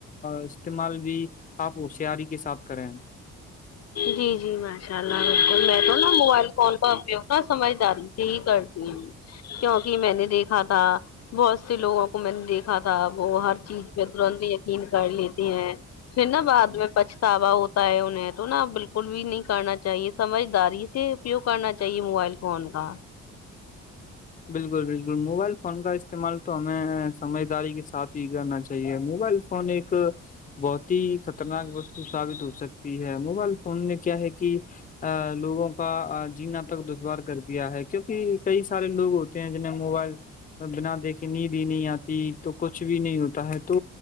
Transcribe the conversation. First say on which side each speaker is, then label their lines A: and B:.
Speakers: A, on the left (about 25°); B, on the left (about 55°).
A: استعمال بھی آپ ہوشیاری کے ساتھ کریں ہیں
B: جی جی ماشاء اللہ بالکل میں تو نا موبائل فون کا اپیوگ ن سمجھداری سے ہی کرتی ہوں کیوںکہ میں نے دیکھا تھا بہت سے لوگوں کو میں نے دیکھا تھا وہ ہر چیز پہ ترنت یقین کر لیتے ہیں پھر نا بعد میں پچھتاوا ہوتا ہے انہیں تو نا بالکل بھی نہیں کرنا چاہیے سمجھداری سے اپیوگ کرنا چاہیے موبائل فون کا
A: بالکل بالکل موبائل فون کا استعمال تو ہمیں سمجھداری کے ساتھ ہی کرنا چاہیے موبائل فون اوریک بہت ہی خطرناک وستو ثابت ہو سکتی ہے موبائل فون نے کیا ہے کہ ا لوگوں کا جین تک دشوار کر دیا ہے کیونک کئی سارے لوگ ت جنے موبائل بنا دیکھے نیند ہی نہیں آتی تو کچھ بھی نہیں ہوتا ہے تو